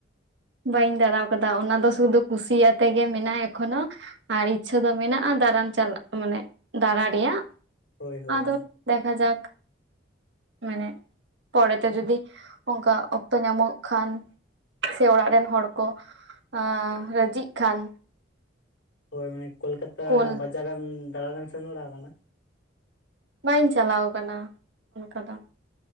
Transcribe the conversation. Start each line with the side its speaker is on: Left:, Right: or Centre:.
Right: ᱵᱟᱹᱧ ᱫᱟᱬᱟ ᱠᱟᱫᱟ ᱚᱱᱟ ᱫᱚ ᱥᱩᱫᱷᱩ ᱠᱩᱥᱤ ᱟᱛᱮ ᱜᱮ ᱢᱮᱱᱟᱜᱼᱟ ᱮᱠᱷᱚᱱᱚ ᱟᱨ ᱤᱪᱪᱷᱟᱹ ᱫᱚ ᱢᱮᱱᱟᱜᱼᱟ ᱫᱟᱨᱟᱱ ᱪᱟᱞᱟᱜ ᱢᱟᱱᱮ ᱫᱟᱛᱟ ᱨᱮᱭᱟᱜ
Left: ᱦᱳᱭ ᱦᱳᱭ
Right: ᱟᱫᱚ ᱫᱮᱠᱟ ᱡᱟᱠ ᱢᱟᱱᱮ ᱯᱚᱨᱮ ᱛᱮ ᱡᱩᱫᱤ ᱚᱱᱠᱟ ᱚᱠᱛᱚ ᱧᱟᱢᱚᱜ ᱠᱷᱟᱱ, ᱥᱮ ᱚᱲᱟᱜ ᱨᱮᱱ ᱦᱚᱲ ᱠᱚ ᱟᱸ ᱨᱟᱹᱡᱤᱜ ᱠᱷᱟᱱ,
Left: ᱦᱳᱭ ᱢᱟᱱᱮ ᱠᱳᱞᱠᱟᱛᱟ
Right: ᱠᱳᱞ
Left: ᱵᱟᱡᱟᱨᱮᱢ ᱫᱟᱬᱟᱱᱮᱢ ᱥᱮᱱ ᱵᱟᱲᱟ ᱟᱠᱟᱱᱟ?
Right: ᱵᱟᱹᱧ ᱪᱟᱞᱟᱣ ᱟᱠᱟᱱᱟ ᱚᱱᱠᱟ ᱫᱚ